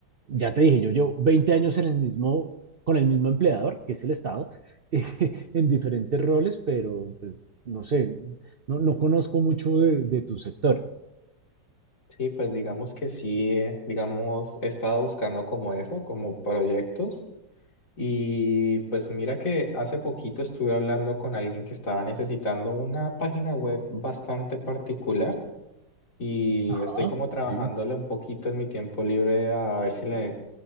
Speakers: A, on the right (about 55°); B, on the left (about 50°).
A: ya te dije, yo llevo 20 años en el mismo, con el mismo empleador, que es el Estado, <laughs> en diferentes roles, pero pues no sé, no, no conozco mucho de, de tu sector.
B: sí, pues digamos que sí, eh, digamos, he estado buscando como eso, como proyectos. Y pues mira que hace poquito estuve hablando con alguien que estaba necesitando una página web bastante particular. y
A: Ah,
B: estoy como trabajándole
A: sí,
B: un poquito en mi tiempo libre a ver si le,